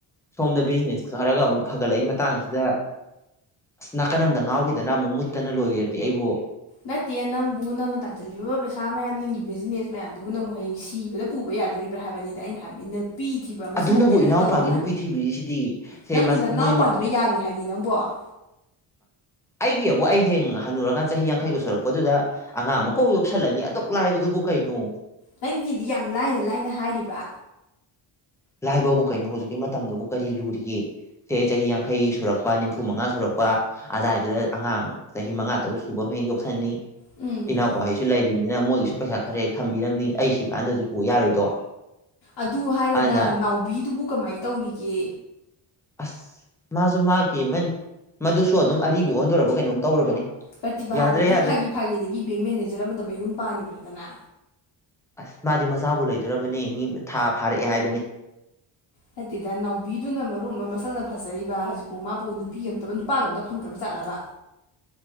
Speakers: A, in the centre; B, on the left (about 55°).
A: ꯁꯣꯝꯗ ꯕꯤꯖꯤꯅꯦꯁ ꯈꯔꯒ ꯑꯃꯨꯛ ꯐꯒꯠꯂꯛꯏ ꯃꯇꯥꯡꯁꯤꯗ ꯑꯁ ꯅꯥꯀꯟ ꯑꯃꯝꯗ ꯉꯥꯎꯈꯤꯗꯅ ꯑꯃꯨꯛ ꯃꯨꯠꯇꯅ ꯂꯣꯏꯔꯗꯤ ꯑꯩꯕꯨ
B: ꯅꯠꯇꯦ ꯅꯪꯕꯨ ꯅꯪꯅ ꯇꯥꯟꯁꯤꯜꯂꯤꯕ ꯄꯩꯁꯥ ꯃꯌꯥꯝ ꯅꯪꯒꯤ ꯕꯤꯖꯤꯅꯦꯁ ꯃꯌꯥꯝꯗꯨꯕꯨ ꯅꯪꯕꯨ ꯍꯌꯦꯡ ꯁꯤꯕꯗ ꯄꯨꯕ ꯌꯥꯗꯣꯔꯤꯕ꯭ꯔꯥ ꯍꯥꯏꯕꯅꯤꯗ ꯑꯩꯅ ꯍꯥꯏ ꯄꯤ ꯊꯤꯕ ꯑꯃꯁꯨ
A: ꯑꯗꯨꯅꯕꯨ
B: ꯅꯠꯇꯦ ꯅꯪ
A: ꯏꯅꯥꯎꯄꯥꯒꯤ
B: ꯇꯧꯔꯤꯕ
A: ꯅꯨꯄꯤ ꯊꯤꯕꯤꯔꯤꯁꯤꯗꯤ ꯁꯦ
B: ꯅꯪꯕꯨ ꯅꯅꯥꯎꯄꯥꯗꯨꯅ
A: ꯃꯣꯏ ꯅꯨꯄꯤꯃ
B: ꯌꯥꯔꯣꯏ ꯍꯥꯏꯅꯤ ꯅꯪꯕꯣ <inaudible>
A: ꯑꯩꯒꯤ ꯑꯩ ꯍꯌ‌ꯦꯡ ꯍꯟꯅꯨꯔꯀꯥꯟ ꯆꯍꯤ ꯌꯥꯡꯈꯩꯒ ꯁꯨꯔꯛꯄꯗꯨꯗ ꯑꯉꯥꯡ ꯑꯃꯀꯣꯛ ꯌ‌ꯣꯛꯁꯜꯂꯅꯤ ꯑꯗꯨꯛ ꯂꯥꯏꯕꯗꯨꯕꯨ ꯀꯩꯅꯣ
B: ꯅꯪꯒꯤꯗꯤ ꯌꯥꯝ ꯂꯥꯏꯅ ꯂꯥꯏꯅ ꯍꯥꯏꯔꯤꯕ
A: ꯂꯥꯏꯕꯕꯨ ꯀꯩꯅꯣ ꯍꯧꯖꯤꯛꯀꯤ ꯃꯇꯝꯗꯕꯨ ꯀꯔꯤ ꯂꯨꯔꯤꯒꯦ ꯁꯦ ꯆꯍꯤ ꯌꯥꯡꯈꯩ ꯁꯨꯔꯛꯄ ꯅꯤꯝꯐꯨ ꯃꯉꯥ ꯁꯨꯔꯛꯄ ꯑꯖꯥꯏꯗꯨꯗ ꯑꯉꯥꯡ ꯆꯍꯤ ꯃꯉꯥ ꯇꯔꯨꯛ ꯁꯨꯕ ꯑꯃ ꯌꯣꯛꯁꯟꯅꯤ
B: ꯎꯝ
A: ꯏꯅꯥꯎꯄꯥꯍꯩꯁꯨ ꯂꯩꯔꯤꯕꯔꯤꯅꯤꯅ ꯃꯣꯏꯒꯤꯁꯨ ꯄꯩꯁꯥ ꯈꯔ ꯍꯦꯛ ꯊꯝꯕꯤꯔꯝꯅꯤ ꯑꯩ ꯁꯤ ꯀꯥꯟꯗꯗꯤ ꯄꯨ ꯌꯥꯔꯣꯏꯗꯣ
B: ꯑꯗꯨ ꯍꯥꯏꯔꯒ
A: ꯑꯗꯨꯅ
B: ꯅꯥꯎꯕꯤꯗꯨꯕꯨ ꯀꯃꯥꯏꯅ ꯇꯧꯔꯤꯒꯦ
A: ꯑꯁ ꯃꯥꯁꯨ ꯃꯥꯈꯤꯃꯟ ꯃꯗꯨꯁꯨ ꯑꯗꯨꯝ ꯑꯔꯤꯕ ꯑꯣꯟꯗꯣꯔꯔꯕ ꯀꯩꯅꯣꯝ ꯇꯧꯔꯕꯅꯤ
B: ꯄ꯭ꯔꯇꯤꯚꯥꯗꯨꯗꯤ
A: ꯌꯥꯗ꯭ꯔꯦ ꯌꯥꯗ꯭ꯔꯦ
B: ꯐꯥꯒꯤ ꯐꯥꯒꯤꯗꯒꯤ ꯕꯦꯡ ꯃꯦꯅꯦꯖꯔ ꯑꯃꯗ ꯃꯌꯨꯝ ꯄꯥꯟꯈ꯭ꯔꯦꯗꯅ
A: ꯑꯁ ꯃꯥꯗꯤ ꯃꯆꯥꯕꯨ ꯂꯩꯗꯣꯔꯕꯅꯤ ꯃꯤ ꯊꯥ ꯐꯥꯔꯛꯑꯦ ꯍꯥꯏꯕꯅꯤ
B: ꯅꯠꯇꯦꯗ ꯅꯥꯎꯕꯤꯗꯨꯅ ꯃꯔꯨꯃ ꯃꯁꯛꯅ ꯐꯖꯩꯕ ꯍꯧꯖꯤꯛꯄꯨ ꯃꯥꯕꯨ ꯅꯨꯄꯤ ꯑꯝꯇꯕ ꯅꯨꯄꯥꯒ ꯑꯝꯇ ꯐꯪꯗ꯭ꯔꯕꯖꯥꯠ ꯖꯥꯠꯂꯕ